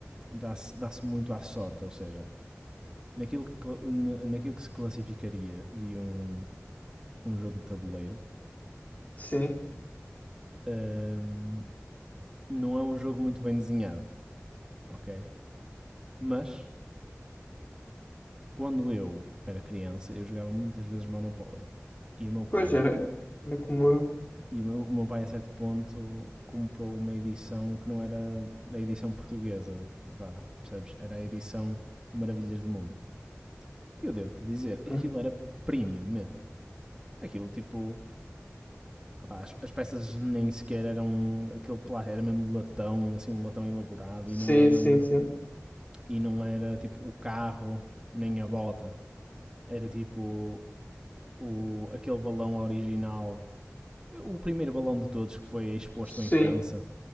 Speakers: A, on the right; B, on the left.
A: dá-se dá-se muito à sorte, ou seja, naquilo que, naquilo que se classificaria de um, um jogo de tabuleiro,
B: Sim,
A: hum, não é um jogo muito bem desenhado, ok? Mas quando eu era criança, eu jogava muitas vezes Monopoly. E o meu pai,
B: pois era, era como eu.
A: e o meu, pai a certo ponto comprou uma edição que não era a edição portuguesa, vá, percebes? Era a edição Maravilhas do Mundo. E eu devo-te dizer, aquilo
B: Ok.
A: era premium mesmo. Aquilo tipo, ah as, as peças nem sequer eram aquele plástico, era mesmo latão, assim, um latão elaborado
B: Sim,
A: e não eram
B: sim, sim.
A: E não era tipo o carro nem a bota. Era tipo o, aquele balão original. O primeiro balão de todos que foi exposto
B: Sim,
A: em França.